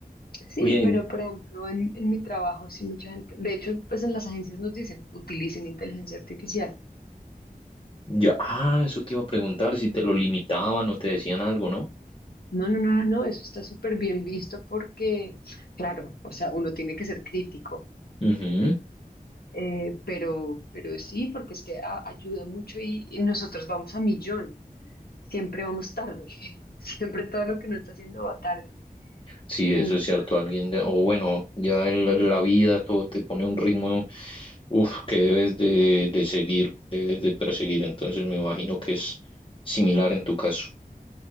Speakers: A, on the left (about 80°); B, on the left (about 35°).
A: Sí,
B: bien.
A: pero por ejemplo, en, en mi trabajo, sí, mucha gente, de hecho, pues en las agencias nos dicen, utilicen inteligencia artificial.
B: Ya, ah, eso te iba a preguntar si te lo limitaban o te decían algo, ¿no?
A: No, no, no, no, no, eso está súper bien visto porque, claro, o sea, uno tiene que ser crítico,
B: Ujú.
A: eh, pero, pero sí, porque es que a- ayuda mucho y, y nosotros vamos a millón. siempre vamos tarde. <laughs> Siempre todo lo que uno está haciendo va tarde.
B: Sí,
A: Entonces,
B: eso es cierto, alguien, de- o bueno, ya en la vida todo te pone un ritmo, uf, que debes de, de seguir, debes de perseguir, entonces me imagino que es similar en tu caso.